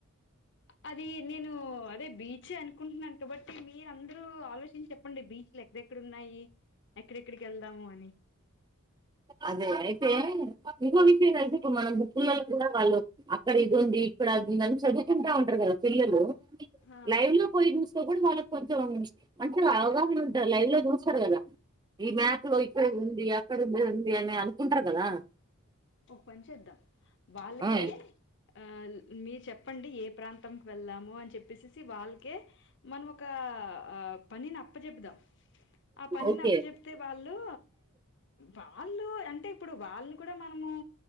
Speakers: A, on the left; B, on the right.
A: అది నేను అదే బీచే అనుకుంటున్నాను కాబట్టి మీరందరూ ఆలోచించెప్పండి బీచ్ లెక్క ఎక్కడున్నాయి ఎక్కడెక్కడికెళ్దాము అని
B: అదే అయితే ఇంకో విషయం అయితే ఇప్పుడు మనం బుక్ లల్లో కూడా వాళ్ళు అక్కడ ఇది ఉంది ఇక్కడ అదుంది అని చదువుకుంటా ఉంటరు కదా పిల్లలు
A: ఆ
B: లైవ్ లో పోయి చూస్తే కూడా వాళ్ళ కొంచెం మంచిగ అవగాహ్ వీలుంటరు లైవ్ లో చూస్తారు కదా ఈ మ్యాప్ లో <unintelligible> ది అక్క <unintelligible> ఉంది అని అనుకుంటరు కదా
A: ఒక పని చేద్దాం వాళ్ళకే
B: ఆ,
A: ఆల్ మీరు చెప్పండి ఏ ప్రాంతంకి వెళ్దాము అని చెప్పేసేసి వాళ్ళకే మనం ఒక పనిని అప్పజెపుదాం ఆ పనినప్పజెప్తే
B: ఓకే
A: వాళ్ళు వాళ్ళు అంటే ఇప్పుడు వాళ్ళిని కూడా మన ఉ